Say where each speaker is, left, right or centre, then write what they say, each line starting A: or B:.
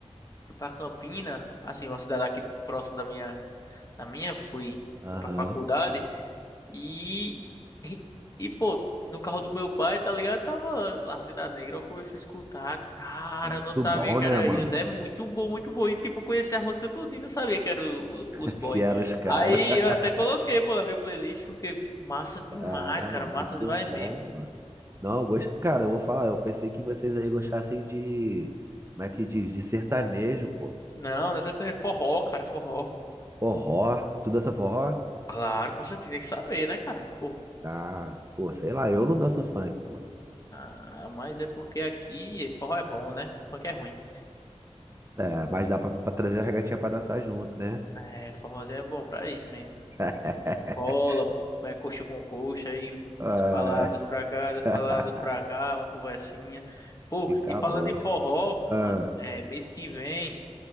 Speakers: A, on the left; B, on the right.
A: fui pra Campina, assim, uma cidade aqui próximo da minha, da minha, fui,
B: Aham.
A: fui pra faculdade. E, e, e, pô, no carro do meu pai, tá ligado? Tava lá Cidade Negra, eu comecei a escutar. Cara,
B: É muito
A: eu não sabia
B: bom,
A: que
B: né,
A: era
B: mano?
A: eles. É muito bom, muito bom. E, tipo, eu conheci a música tudo e não sabia que era o-
B: <laughs>
A: o- os boy.
B: Que era os caras.
A: Aí
B: <laughs>
A: eu até coloquei, pô, na minha playlist, porque massa demais,
B: Ah,
A: cara.
B: muito
A: Massa demais mesmo.
B: bom, mano. Não, eu gosto. Cara, eu vou falar, eu pensei que vocês aí gostassem de. Como é que diz? De sertanejo, pô.
A: Não, nessas tem forró, cara, forró.
B: Forró. Tu dança forró?
A: Claro, com certeza, tem que saber, né, cara? Pô,
B: Ah, pô, sei lá, eu não danço funk, pô.
A: ah, mas é porque aqui forró é bom, né? Funk é ruim.
B: É, mas dá pra, pra trazer as gatinhas pra dançar junto, né?
A: É, forrozinho é bom pra isso mesmo.
B: <laughs>
A: rola, é coxa com coxa, aí
B: É.
A: das paladas pra cá,
B: <laughs>
A: das paladas pra cá, uma conversinha. Pô,
B: Fica
A: e falando
B: a bosta.
A: em forró,
B: Ah.
A: mano, é mês que vem,